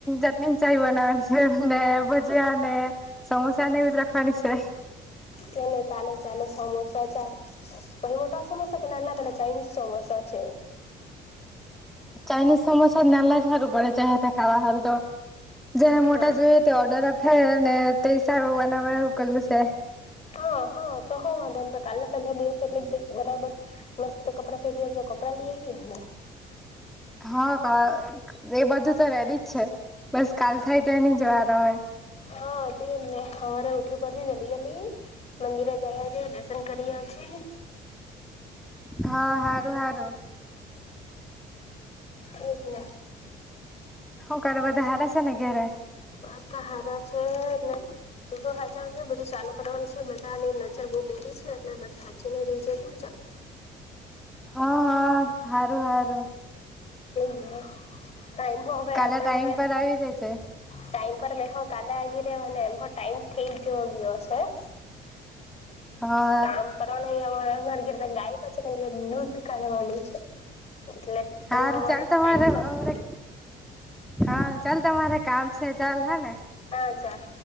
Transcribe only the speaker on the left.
કેને ચાલે ચાલે સમોસા ચા <unintelligible> મોટા સમોસા કે ના એલા પેલા ચાઇનીઝ સમોસા છે.
હા.
હા હા તો હ વાંધો નઈ તો કાલે પહેલા દિવસ એટલે જે બરાબર મસ્ત કપડાં પહેરીર્યા છે. કપડાં લી આવી હ ને.
હા તે જ ને હવારે ઊઠવું પડશે જલ્દી જલ્દી. મંદિરે જઈ આવજે દર્શન કરી આવજે.
એજ ને.
બધા હારા છે, ને તું તો હચાવજે બધું ચાલુ. છે, બધાની નજર બઉ પેલી છે એટલે બધે હાચવીને રહેજે તું.
<unintelligible> ટાઈમ તો હવે
આપડે
હવે
ટાઈમ પર મેં હ કાલે આવી રહ્યોને એમ હવ ટાઈમ થઈ જ જવો ગયો હશે. <inaudible>
કામ કરવા ન અમારે અમારે ઘરેતો ગાય પણ છે, કે દૂધ. કાઢવાનું છે, એટલે
દૂધવાળો
ટાઈમ
પર આવી.
હા ચાલ.